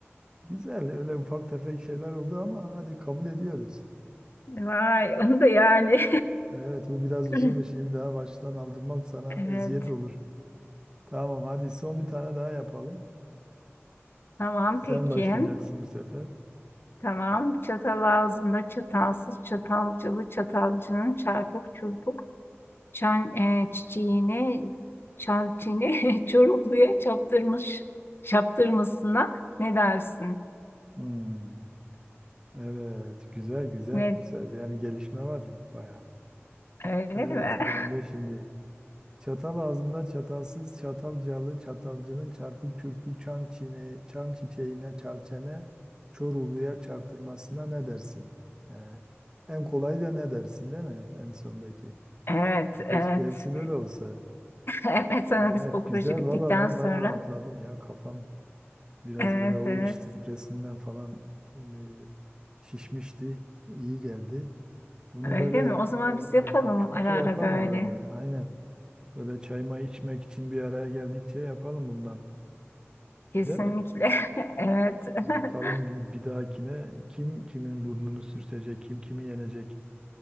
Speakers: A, on the right; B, on the left.
A: güzel öyle ufak tefek şeyler oldu ama hadi kabul ediyoruz.
B: Vay <laughs> onu da yani.
A: Evet bu biraz
B: <laughs>
A: uzun şimdi daha baştan aldırmak sana
B: Evet
A: eziyet olur. Tamam hadi son bir tane daha yapalım.
B: tamam
A: Sen
B: peki.
A: başlayacaksın bu sefer.
B: Tamam çatal ağzında çatalsız çatalcılı çatalcının çarpık çurpuk çan, e, çiçeğini çançini <laughs> çorukluya çaptırmış çaptırmasına ne dersin?
A: Hmm. Evet, güzel güzel.
B: Ne
A: Bu sefer yani gelişme var baya.
B: öyle
A: Evet,
B: mi?
A: ben de şimdi. Çatal ağzında çatalsız çatalcalı çatalcının çarpık çırpık çan, çiğne, çan çiçeğine çalçene çoruluya çarptırmasına ne dersin? Ee, en kolayı da ne dersin değil mi? En sondaki.
B: Evet, evet.
A: Keşke hepsi
B: <laughs>
A: böyle olsa.
B: Evet, sana
A: Evet,
B: biz bu proje
A: güzel.
B: bittikten
A: Valla ben
B: sonra.
A: baya rahatladım ya. Kafam biraz
B: Evet,
A: böyle o
B: evet.
A: iş stresinden falan e, şişmişti. İyi geldi. Bunu
B: Öyle
A: böyle
B: mi? O zaman biz yapalım
A: e, düşündükçe
B: ara ara
A: yapalım
B: böyle.
A: arada. bir. Aynen. Böyle çay may içmek için bir araya geldikçe yapalım bundan.
B: Kesinlikle.
A: Değil mi?
B: <laughs> Evet. <laughs>
A: Bakalım bir, bir dahakine kim kimin burnunu sürtecek, kim kimi yenecek